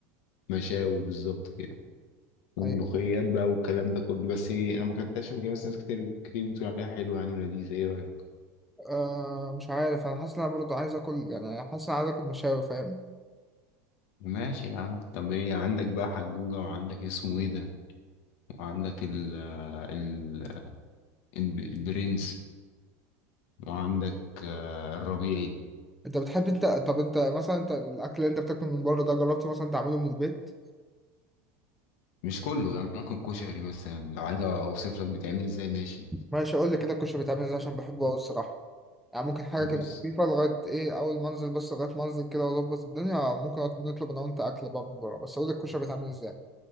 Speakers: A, on the left; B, in the centre.
A: مشاوي بالظبط كده وملوخيات
B: ايوه
A: بقى والكلام ده كله بس انا ما كنتش فاكر بس ناس كتير كتير بتقول عليها حلوه يعني ولذيذه ايه رايك
B: أه مش عارف انا حاسس ان انا برضه عايز اكل يعني أنا حاسس ان انا عايز اكل مشاوي فاهم
A: ماشي يا عم طب ايه عندك بقى حجوجة وعندك اسمه ايه ده وعندك ال ال ال- البرنس وعندك آه، الربيعي
B: انت بتحب انت طب انت مثلا انت الاكل اللي انت بتاكله من بره ده جربت مثلا تعمله من البيت؟
A: مش كله يعني ممكن كشري مثلا لو عايز اوصف لك بيتعمل ازاي ماشي
B: ماشي قول لي كده الكشري بيتعمل ازاي عشان بحبه قوي الصراحه يعني ممكن حاجة
A: بص
B: كده خفيفة لغاية إيه أول ما أنزل بس لغاية ما أنزل كده وأظبط الدنيا ممكن نطلب أنا وأنت أكل بقى من بره بس أقول لك الكشري بيتعمل إزاي